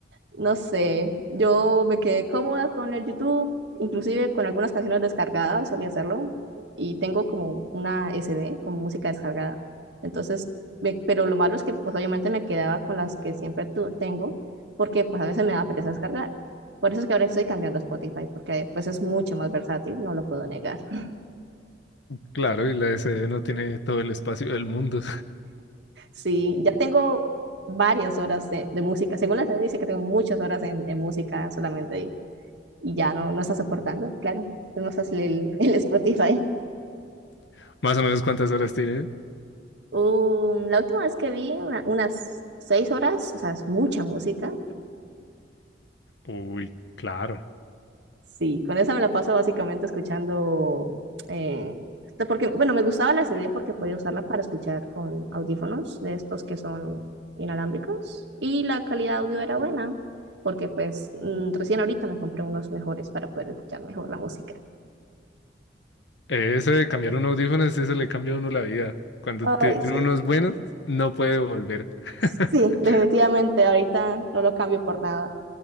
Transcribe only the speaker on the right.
No sé, yo me quedé cómoda con el YouTube, inclusive con algunas canciones descargadas, solía hacerlo, y tengo como una S D con música descargada. Entonces, ve- pero lo malo es que pues obviamente me quedaba con las que siempre tu- tengo, porque pues a veces me da pereza descargar. Por eso es que ahora estoy cambiando a Spotify, porque pues es mucho más versátil, no lo puedo negar. <laughs>
Sí, ya tengo varias horas de, de música. Según la CD dice que tengo muchas horas en, en música solamente ahí. y ya no, no está soportando, claro. Es más fácil el, el Spotify.
Um, la última vez que vi, una- unas seis horas, o sea, es mucha música.
Sí, con esa me la paso básicamente escuchando, eh, esto porque, bueno, me gustaba la CD porque podía usarla para escuchar con audífonos de estos que son inalámbricos y la calidad de audio era buena porque pues mm, recién ahorita me compré unos mejores para poder escuchar mejor la música.
Ay,
sí.
Sí, definitivamente ahorita no lo cambio por nada.